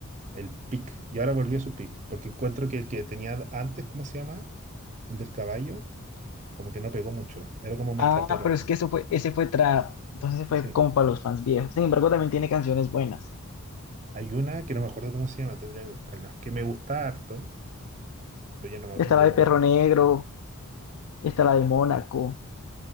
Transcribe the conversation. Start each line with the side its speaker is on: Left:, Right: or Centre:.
Right: el pick. Y ahora volvió a su pick, porque encuentro que el que tenía antes, ¿cómo se llama? El del caballo, como que no pegó mucho, era como más
Left: Ah,
Right: trapero.
Left: pero es que eso fue, ese fue trap. Entonces fue
Right: Sí.
Left: como para los fans viejos. Sin embargo, también tiene canciones buenas.
Right: Hay una que no me acuerdo cómo se llama, tendría que buscarla, que me gusta harto, pero ya no,
Left: Está
Right: me-
Left: la
Right: ya
Left: de
Right: n-
Left: Perro Negro, está
Right: no,
Left: la de Mónaco.